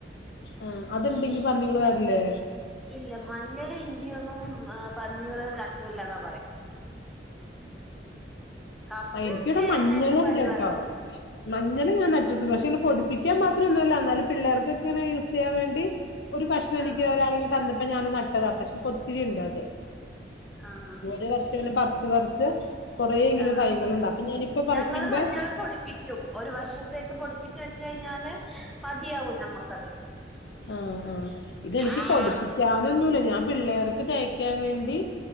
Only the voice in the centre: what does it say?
ഇല്ല മഞ്ഞൾ ഇഞ്ചിയൊന്നും പന്നികള് തട്ടൂല്ല ക കപ്പയൊക്കെ
എല്ലാം പരിവാക്കി
വെക്കും
ആഹ്
ആഹ്
ആഹ്
ഞങ്ങള് മഞ്ഞള് പൊടിപ്പിക്കും ഒരു വർഷത്തേക്ക് പൊടിപ്പിച്ച് വെച്ച കഴിഞ്ഞാല് മതിയാവും നമ്മക്കത്
ആഹ്